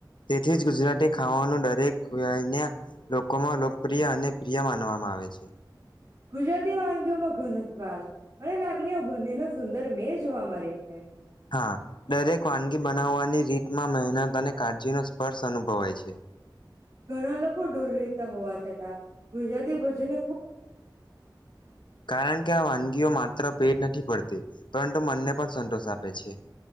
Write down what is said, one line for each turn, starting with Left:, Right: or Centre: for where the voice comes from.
Left: તેથી જ ગુજરાતી ખાવાનું દરેક વ્યયના લોકોમાં લોકપ્રિય અને પ્રિય માનવામાં આવે છે.
Right: ગુજરાતી વાનગીઓમાં ઘનસ્વાદ અને લાગણીઓ બંનેનો સુંદર મેલ જોવા મળે છે.
Left: હા, દરેક વાનગી બનાવવાની રીતમાં મહેનત અને કાળજીનો સ્પર્શ અનુભવાય છે.
Right: ઘણા લોકો દૂર રહેતા હોવા છતાં ગુજરાતી ભોજન
Left: કારણ કે આ વાનગીઓ માત્ર પેટ નથી ભરતી. પરંતુ મનને પણ સંતોષ આપે છે.